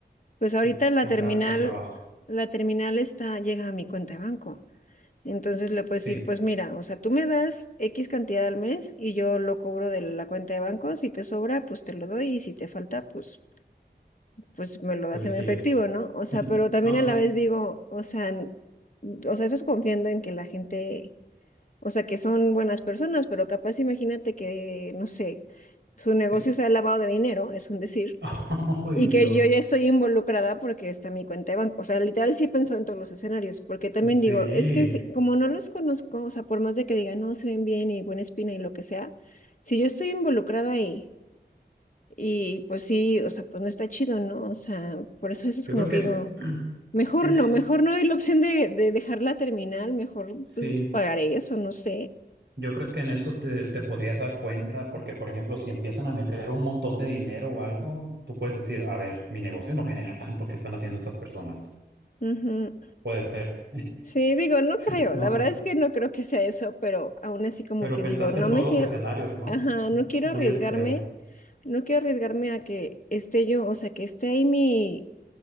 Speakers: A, on the left; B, on the right.
A: Pues
B: Sí,
A: ahorita la
B: con,
A: terminal,
B: tra- con trabajo.
A: la terminal está, llega a mi cuenta de banco. Entonces le puedes
B: Sí,
A: decir, pues mira, o sea, tú me das X cantidad al mes y yo lo cobro de la cuenta de banco. Si te sobra, pues te lo doy y si te falta, pues, pues me lo das
B: pues le
A: en
B: sigues.
A: efectivo, ¿no? O sea,
B: <laughs>
A: pero también
B: No,
A: a
B: sí.
A: la vez digo, o sea, n- o sea, eso es confiando en que la gente o sea, que son buenas personas, pero capaz imagínate que, no sé, su negocio
B: sí.
A: sea lavado de dinero, es un decir,
B: <laughs> ¡Ay,
A: y
B: Dios!
A: que yo ya estoy involucrada porque está mi cuenta de banco. O sea, literal sí he pensado en todos los escenarios, porque también
B: Sí.
A: digo, es que si- como no los conozco, o sea, por más de que digan, no, se ven bien y buena espina y lo que sea, si yo estoy involucrada ahí, y pues sí, o sea, pues no está chido, ¿no? O sea, por eso eso es
B: Yo
A: como
B: creo
A: que
B: que
A: digo... Mejor
B: en,
A: no,
B: e-
A: mejor no hay la opción de, de dejarla terminar, mejor
B: sí,
A: pues pagaré eso, no sé.
B: yo creo que en eso te, te podrías dar cuenta, porque por ejemplo, si empiezan a meter un montón de dinero o algo, tú puedes decir, a ver, mi negocio no genera tanto que están haciendo estas personas.
A: Ujú.
B: Puede ser,
A: Sí, digo, no
B: <laughs>
A: creo,
B: no
A: la
B: sé.
A: verdad es que no creo que sea eso, pero aún así como
B: Pero
A: que
B: pensaste
A: digo, no
B: en todos
A: me
B: los
A: quiero,
B: escenarios, ¿no?
A: ajá, no quiero
B: Muy
A: arriesgarme,
B: extremo.
A: no quiero arriesgarme a que esté yo, o sea, que esté ahí mi,